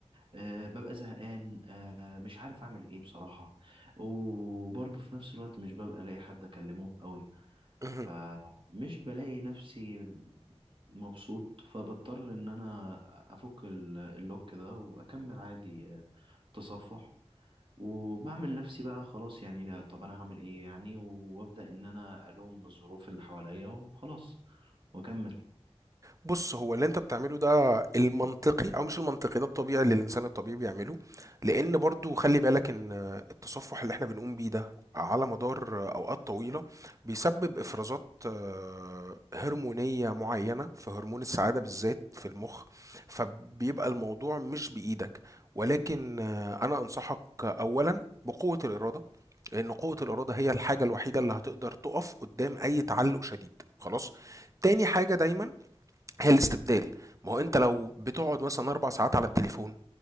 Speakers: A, on the right; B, on the right.
A: آه، ببقى زهقان آه، مش عارف اعمل ايه بصراحة وبرضه في نفس الوقت مش ببقى الاقي حد اكلمه قوي
B: اهم.
A: فمش بلاقي نفسي مبسوط فبضطر ان انا افك ال- اللوك ده واكمل عادي آه، تصفح وبعمل نفسي بقى خلاص يعني لا، طب انا هعمل ايه يعني وابدا ان انا الوم الظروف اللي حواليا وخلاص واكمل
B: بص هو اللي انت بتعمله ده المنطقي او مش المنطقي ده الطبيعي اللي الانسان الطبيعي بيعمله لان برضو خلي بالك ان التصفح اللي احنا بنقوم بيه ده على مدار اوقات طويله بيسبب افرازات آه، هرمونيه معينه في هرمون السعاده بالذات في المخ فبيبقى الموضوع مش بايدك ولكن آه، انا انصحك اولا بقوه الاراده لان قوه الاراده هي الحاجه الوحيده اللي هتقدر تقف قدام اي تعلق شديد خلاص تاني حاجه دايما هي الاستبدال ما هو انت لو بتقعد مثلا اربع ساعات على التليفون